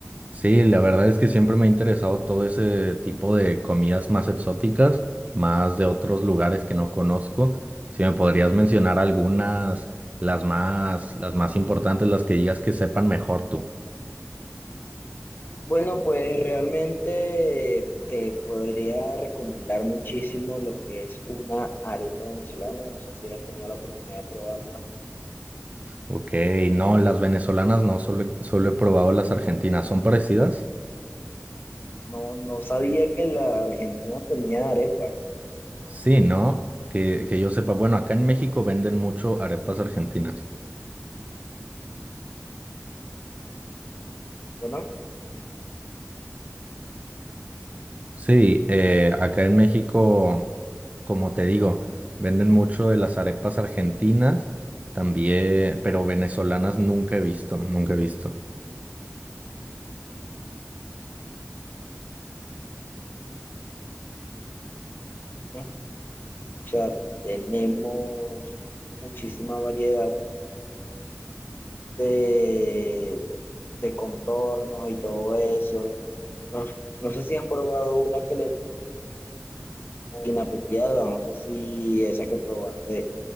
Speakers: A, on the right; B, on the left.
A: Sí, la verdad es que siempre me ha interesado todo ese tipo de comidas más exóticas, más de otros lugares que no conozco. Si me podrías mencionar algunas, las más, las más importantes, las que digas que sepan mejor tú.
B: Bueno, pues realmente te podría recomendar muchísimo lo que es una arepa venezolana, no sé si has tenido la oportunidad de probarlas.
A: Ok, no, las venezolanas no, solo, he- solo he probado las argentinas. ¿Son parecidas?
B: No, no sabía que la Argentina tenía arepas.
A: Sí, ¿no? Que, que yo sepa, bueno, acá en México venden mucho arepas argentinas.
B: Bueno,
A: Sí, eh, acá en México, como te digo, venden mucho de las arepas argentinas, también, pero venezolanas nunca he visto, nunca he visto.
B: o sea, tenemos muchísima variedad de, de contornos y todo eso. No, no sé si has probado una que le inapropiada, no sé si esa que probaste